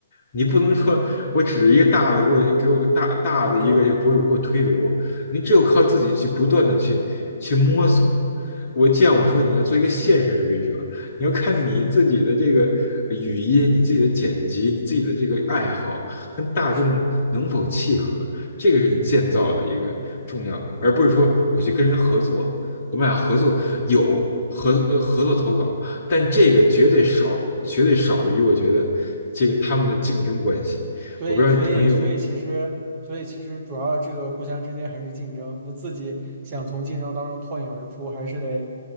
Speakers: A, on the left (about 45°); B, on the right (about 35°).
A: 你不能说我指着一个大的给我给我大大的一个博主给我推流，
B: 嗯，引流，
A: 你只有靠自己去不断的去去摸索。
B: 对，
A: 我见我说你要做一个现实主义者，你要看你自己的这个呃语音、
B: 是的，
A: 你自己的剪辑、你自己的这个爱好跟大众能否契合，
B: 是，
A: 这个是你建造的一个重要，
B: 嗯。
A: 而不是说我去跟人合作，我们俩合作有合呃合作投稿，但这个绝对少，绝对少于我觉得这个他们的竞争关系。
B: 所以，
A: 我不知道你同意我
B: 所以，所以，其实，所以，其实，主要这个互相之间还是竞争。那自己想从竞争当中脱颖而出，还是得